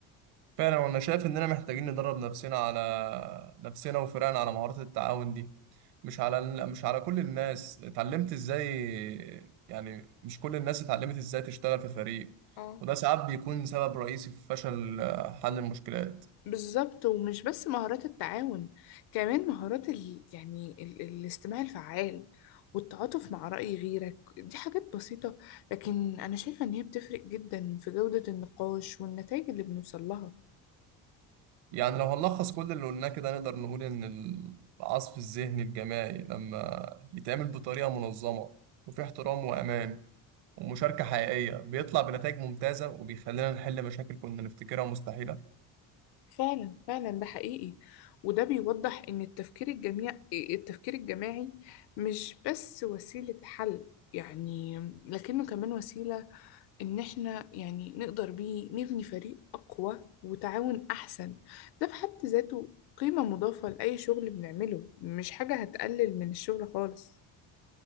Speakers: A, on the right; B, on the left.
A: فعلا وانا شايف اننا محتاجين ندرب نفسنا على نفسنا وفرقنا على مهارات التعاون دي مش على مش على كل الناس اتعلمت ازاي يعني مش كل الناس اتعلمت ازاي تشتغل في فريق
B: اه
A: وده ساعات بيكون سبب رئيسي في فشل آه، حل المشكلات
B: بالظبط ومش بس مهارات التعاون كمان مهارات ال... يعني ال... الاستماع الفعال والتعاطف مع رأي غيرك دي حاجات بسيطة لكن أنا شايفة إن هي بتفرق جدا في جودة النقاش والنتائج اللي بنوصل لها
A: يعني لو هنلخص كل اللي قلناه كده نقدر نقول ان العصف الذهني الجماعي لما يتعمل بطريقة منظمة وفي احترام وامان ومشاركة حقيقية بيطلع بنتائج ممتازة وبيخلينا نحل مشاكل كنا نفتكرها مستحيلة
B: فعلا فعلا ده حقيقي وده بيوضح إن التفكير الجميع التفكير الجماعي مش بس وسيلة حل يعني لكنه كمان وسيلة إن إحنا يعني نقدر بيه نبني فريق أقوى وتعاون أحسن ده في حد ذاته قيمة مضافة لأي شغل بنعمله مش حاجة هتقلل من الشغل خالص